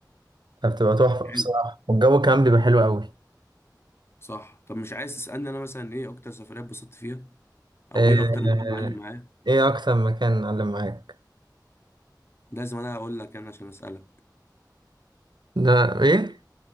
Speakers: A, on the right; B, on the left.
A: فبتبقى تحفة بصراحة
B: حلو
A: والجو كمان بيبقى حلو قوي
B: صح طب مش عايز تسالني انا مثلا ايه اكتر سفريه اتبسطت فيها او
A: آه،
B: ايه اكتر مكان
A: آه،
B: معلم معايا
A: ايه اكتر مكان علم معاك
B: لازم انا اقول لك انا عشان اسالك
A: ده ايه